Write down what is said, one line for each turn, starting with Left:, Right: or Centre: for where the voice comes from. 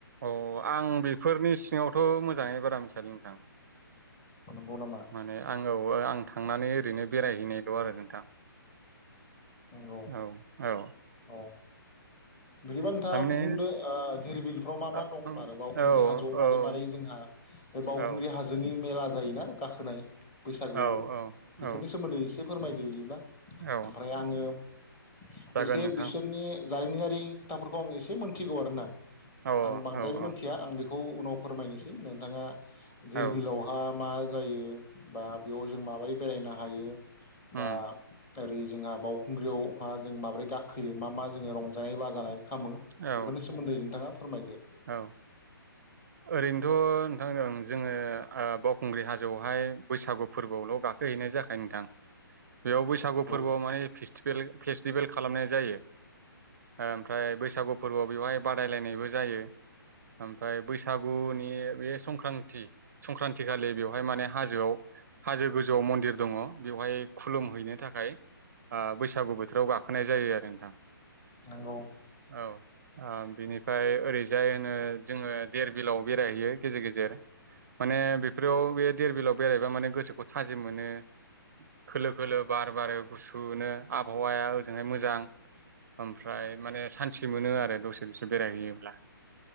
Right: अ आं बेफोरनि सिङावथ' मोजाङै बारा मिथियालै नोंथां
Left: नंगौ नामा
Right: माने आंवो आं थांनानै ओरैनो बेरायहैनायल' आरो नोंथां
Left: नंगौ
Right: औ औ
Left: औ बिदिबा नोंथाङा
Right: थारमाने
Left: बुंदो धिरबि बिलफ्राव मा मा
Right: ओ
Left: दं होन
Right: ओं
Left: आरो बावखुंग्रि
Right: औ औ
Left: हाजोआव मारै मारै जोंहा बे बावउखुंग्रि
Right: औ
Left: हाजोनि मेला जायोना गाखोनाय बैसागुआव
Right: औ औ
Left: बेफोरनि
Right: औ
Left: सोमोन्दै एसे फोरमायदो बिदिब्ला
Right: औ
Left: ओमफ्राय आंङो <inaudible>
Right: जागोन
Left: एसे
Right: नोंथां
Left: बिसोरनि जारिमिनारि खोथाफोरखौ आं एसे मोनथिगौ आरो ना
Right: औ
Left: आं बांद्रायबो
Right: औ औ
Left: मिथिया आं बेखौ खौ उनाव फोरमायनोसै नोंथाङा दिरबिलावहाय
Right: औ
Left: मा जायो बा बेयाव जों माबोरै बेरायनो हायो
Right: उम
Left: बा ओै जोंहा बावखुंग्रियावहा जों माबोरै गाखोयो मा मा जों रंजानाय बाजानाय नाय खामो
Right: औ
Left: बेफोरनि सोमोन्दै नोंथाङा फोरमायदो
Right: औ ओरैनो थ' नोंथांदों आं जोङो बावखुंग्रि हाजोआवहाय बैसागु फोरबोआवल' गाखोह हैनाय जाख नोंथां बेयाव बैसागु
Left: नंगौ
Right: फोरबोआव माने फस्टिभेल फेस्टिभेल खालामनाय जायो ओमफ्राय बैसागु फोरबोआव बेवहाय बादायलायनायबो जायो ओमफफ्राय बैसागुनि बे संक्रान्ति संक्रान्ति खालि बेवहाय माने हाजोआव हाजो गोजौआव मन्दिर दङ बेवहाय खुलुमहैनो थाखाय बैसागु बोथोराव गाखोनाय जायो आरो नोंथां।
Left: नंगौ
Right: औ बिनिफ्राय ओै जाय होनो जोङो देर बिलाव बेरायहैयो गेजेर गेजेर माने बेफोराव बे दधेर बिलाव बेरायहबा माने गोसोखौ थाजिम मोनो खोलो खोलो बार बारो गुसुनो आबहावाया ओजोंहाय मोजां ओमफ्राय माने सान्थि मोनो आरो दसे दसे बेरायहैयोब्ला।